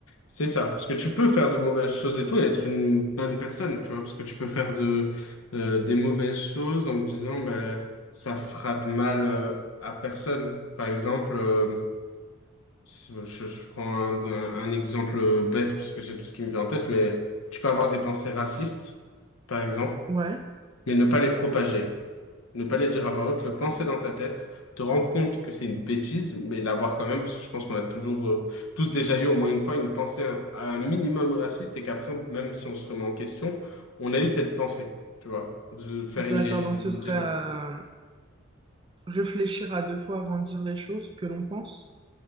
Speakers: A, on the left; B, on the right.
A: C'est ça, parce que tu peux faire de mauvaises choses et tout et être une bonne personne, tu vois, parce que tu peux faire de, euh, des mauvaises choses en te disant, ben, ça fera de mal euh, à personne. Par exemple, euh, si- je, je prends un, un exemple bête, parce que c'est tout ce qui me vient en tête, mais tu peux avoir des pensées racistes, par exemple,
B: Ouais,
A: mais ne pas les propager ne pas les dire à voix haute, le penser dans ta tête, te rendre compte que c'est une bêtise, mais l'avoir quand même, parce que je pense qu'on a toujours, euh, tous déjà eu au moins une fois une pensée à un minimum raciste et qu'après, même si on se remet en question, on a eu cette pensée, tu vois, de faire
B: d'accord.
A: une, ré-
B: Donc
A: une
B: ce serait
A: générale.
B: à réfléchir à deux fois avant de dire les choses que l'on pense.